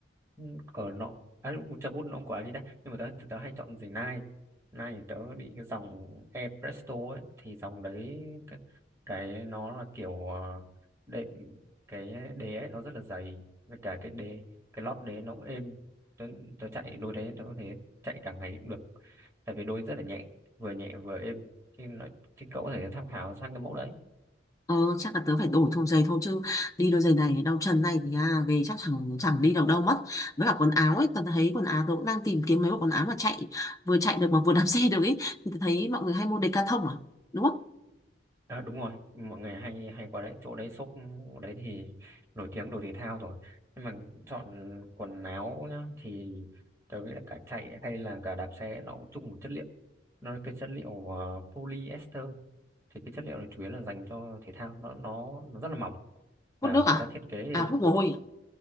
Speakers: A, on the right; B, on the left.
A: ừ, ở nọ à, cho bút nó không của Adidas nhưng mà tớ tớ hay chọn giày Nike Nike thì tớ đi cái dòng Air Presto ấy thì dòng đấy cái, cái nó là kiểu ờ, đệm cái đế ấy, nó rất là dày với cả cái đế cái lót đế nó cũng êm tớ, tớ chạy đôi đấy tớ có thể chạy cả ngày cũng được tại vì đôi rất là nhẹ vừa nhẹ vừa êm thì, nó, thì cậu có thể tham khảo sang cái mẫu đấy
B: ờ chắc là tớ phải đổi thùng giày thôi chứ đi đôi giày này đau chân này thì à, về chắc chẳng chẳng đi được đâu mất với cả quần áo ấy tớ thấy quần áo tớ cũng đang tìm kiếm mấy bộ quần áo mà chạy vừa chạy được mà vừa đạp <laughs> xe được ấy thì tớ thấy mọi người hay mua Decathlon à đúng không
A: Ờ, đúng rồi mọi người hay hay qua đấy chỗ đấy shop đấy thì nổi tiếng đồ thể thao rồi nhưng mà chọn quần áo nhá thì tôi nghĩ là cả chạy hay là cả đạp xe nó cũng chung một chất liệu nó là cái chất liệu ờ, polyester thì cái chất liệu này chủ yếu là dành cho thể thao nó nó nó rất là mỏng
B: hút
A: và
B: nước
A: người
B: à
A: ta thiết kế thì
B: à hút mồ hôi à?